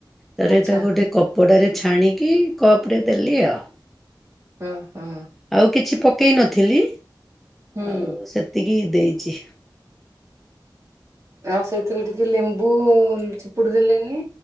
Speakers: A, in the centre; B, on the right.
A: ତାରେ
B: ଆଚ୍ଛା
A: ତାକୁ ଗୋଟେ କପଡ଼ାରେ ଛାଣିକି କପ୍ ରେ ଦେଲି ଆଉ।
B: ଉ ହୁଁ।
A: ଆଉ କିଛି ପକେଇ ନଥିଲି
B: ହୁଁ।
A: ଆଉ ସେତିକି ଦେଇଚି।
B: ଆଉ ସେଥିରେ ଟିକେ ଲେମ୍ବୁ ଚିପୁଡି ଦେଲେନି